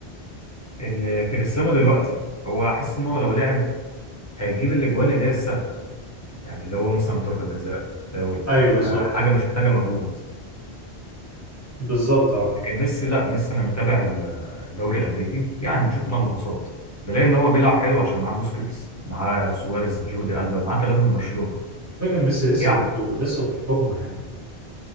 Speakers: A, on the left; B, on the right.
A: ان كريستيانو دلوقتي هو حاسس ان هو لو لعب هيجيب الاجوان اللي هي السهله يعني اللي هو مثلا ضربه جزاء فاول
B: ايوه بالظبط
A: آه، حاجه مش محتاجه مجهود
B: بالظبط اه
A: لكن ميسي لا ميسي انا بتابع ال- الدوري الامريكي يعني بشوف كده ملاحظات بلاقي ان هو بيلعب حلو عشان معاه بوسكيتس معاه سواريز جوردي ألبا معاه ثلاثه من برشلونه
B: فكرة ميسي لسه
A: يعني
B: برضه لسه في الفورمة يعني